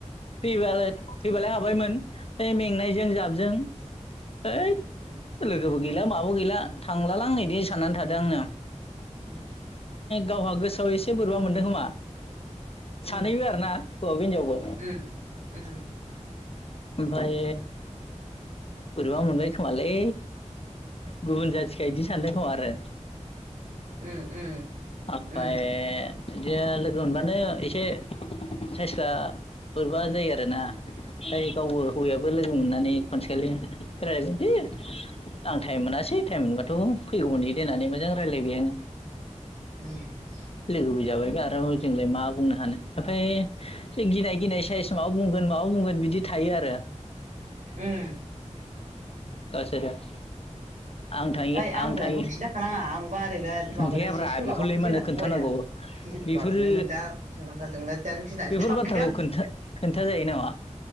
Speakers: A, on the left; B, on the right.
A: फै फैबालाय हाबायमोन है मेंनायजों जाबजों है
B: आं
A: लोगोबो गैला माबो गैला थांलाला आं इदि सानना थादो आंनो।
B: उम।
A: गावहा गोसोआव एसे बोरबा मोनदों खोमा?
B: उम
A: सानैबो आरोना हौवाबो हिनजावबो।
B: उम उम
A: ओमफाय बोरैबा मोनबाय खोमालै गुबुन जाथिखाय बिदि सानदों खोमा आरो <unintelligible>
B: उम उम।
A: ओमफ्राय
B: उम
A: बिदिनो लोगो मोनबानो एसे साइसफ्रा बोरबा जायो आरोना मफ्राय गावबो हौवायाबो लोगो दुु मोननानै खनसेखालि फेरायबाय दे आं टाइम मोनासै टाइम मोनबाथ' फैगौ मोनदै दोननानै मोजां रायज्लायबाय आङो।
B: <unintelligible>
A: लोगोबो जाबाय ब्रा आरो जोंलाय मा बुंनो हानो ओमफ्राय जों गिनाय गिनाय थाइस माबा बुंगोन माबा बुंगोन बिदि थायो आरो।
B: उम।
A: <unintelligible> आं थाङि
B: ओइ आं बुंनायखौ
A: थाङि
B: खिन्था खानांङा आंबा ओरैबा माबानायसो
A: खोन्थायाब्रा
B: सोलाबाखैसो
A: बेखौलाय मानो
B: होना
A: खोन्थानांगौ
B: थगायदों आं गिरु
A: बेफोरो
B: बारुनो नोंदा <unintelligible> थिनानैसो
A: बेफोर
B: थाबहै
A: बाथ्राखौ
B: आं।
A: खोन्था खोन्था जायो नामा